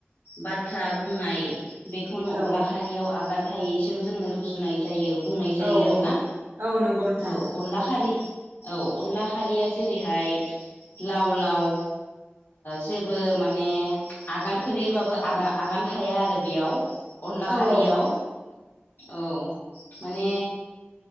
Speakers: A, on the left; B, on the right.
A: बाथ्रा बुंनाय बेखौनो अनला
B: औ
A: खारियाव आगान फथायैजों जों जोङो रुजुनाय जायो बुंनाय जायो
B: औ
A: आरो
B: औ
A: ना
B: औ नंगौ नोंथां
A: औ अनला खारि औ अनला खारियाव जेरैहाय लाव लाव जेबो माने आगान खख्लैबाबो आ-आगान थाया आरो बेयाव अनला
B: औ
A: खारियाव
B: औ
A: औ माने